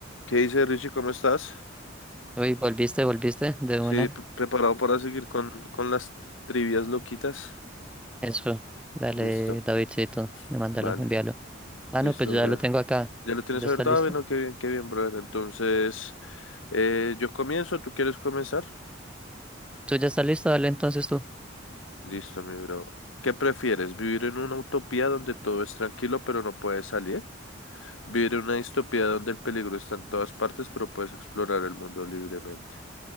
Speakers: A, on the left (about 75°); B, in the centre.
A: ¿Qué dice Richie? ¿Cómo estás?
B: Uy, volviste, volviste de
A: Sí,
B: una.
A: pr- preparado para seguir con, con las trivias loquitas.
B: Eso, dale,
A: Listo,
B: Davidcito, me mándalo,
A: vale,
B: envíalo. Ah,
A: listo,
B: no, pues yo
A: brother.
B: ya lo tengo acá.
A: ¿Ya lo tienes
B: ¿Tú ya
A: abierto?
B: estás listo?
A: Ah, bueno, qué bien, qué bien, brother. Entonces, eh, yo comienzo, ¿tú quieres comenzar?
B: ¿Tú ya estás listo? Dale entonces tú.
A: Listo, mi bro. ¿Qué prefieres? ¿Vivir en una utopía donde todo es tranquilo pero no puedes salir? ¿Vivir en una distopía donde el peligro está en todas partes pero puedes explorar el mundo libremente?